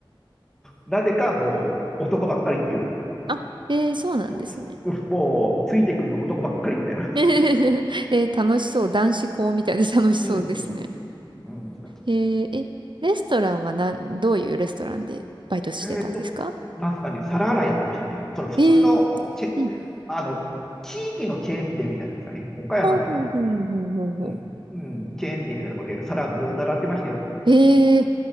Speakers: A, in the centre; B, on the right.
A: なぜかもう男ばっかりっていう、
B: あ、えー、そうなんですね。
A: もうつ、もうついてくるの男ばっかりみたいな。
B: <laughs> えー、楽しそう。男子校みたいで楽しそうですね。
A: うん。うん、
B: えー、え、レストランはなん、どういうレストランでバイトしてたんですか
A: えっ、と、なんすかね、皿洗いやってましたね。その普通のチェ、
B: えー、うん。
A: あの、地域のチェーン店みたいなんですかね。岡山にいた時に。
B: ほうほうほうほうほうほ
A: うん。うん、チェーン店みたいなところで皿ずっと洗ってましたよ。
B: う。えー、